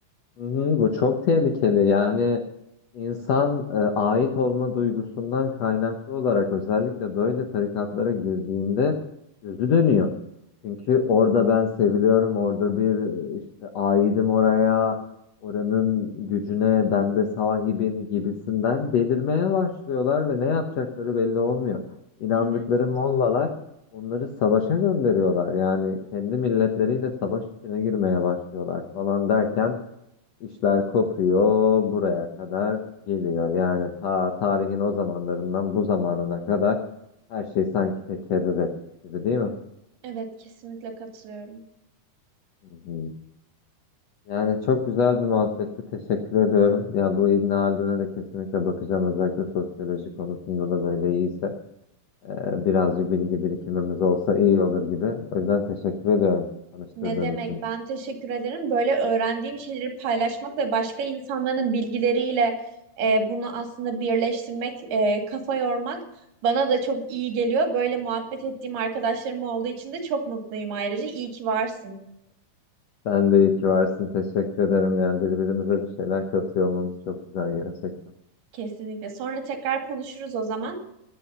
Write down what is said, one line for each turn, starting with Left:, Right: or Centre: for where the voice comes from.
Left: Hı hı, bu çok tehlikeli. Yani insan e, ait olma duygusundan kaynaklı olarak özellikle böyle tarikatlara girdiğinde gözü dönüyor. Çünkü orada ben seviliyorum, orada bir e, işte aidim oraya, oranın gücüne ben de sahibim gibisinden delirmeye başlıyorlar ve ne yapacakları belli olmuyor. İnandıkları
Right: Evet,
Left: mollalar onları savaşa gönderiyorlar. Yani kendi milletleriyle savaş içine girmeye başlıyorlar falan derken İşler kopuyor buraya kadar geliyor. Yani ta tarihin o zamanlarından bu zamanına kadar her şey sanki tekerrür etmiş gibi değil mi?
Right: evet kesinlikle katılıyorum.
Left: Hı hı. Yani çok güzel bir muhabbetti. Teşekkür ediyorum. Ya bu İbn Haldun'a da kesinlikle bakacağım. Özellikle sosyoloji konusunda da böyle iyiyse. Ee, birazcık bilgi birikimimiz olsa iyi olur gibi. O yüzden teşekkür ediyorum tanıştırdığın
Right: Ne demek?
Left: için.
Right: Ben teşekkür ederim. Böyle öğrendiğim şeyleri paylaşmak ve başka insanların bilgileriyle e, bunu aslında birleştirmek, e, kafa yormak bana da çok iyi geliyor. Böyle muhabbet ettiğim arkadaşlarım olduğu için de çok mutluyum ayrıca. İyi ki varsın.
Left: Sen de iyi ki varsın. Teşekkür ederim. Yani birbirimize bir şeyler katıyor olmamız çok güzel gerçekten.
Right: Kesinlikle. Sonra tekrar konuşuruz o zaman.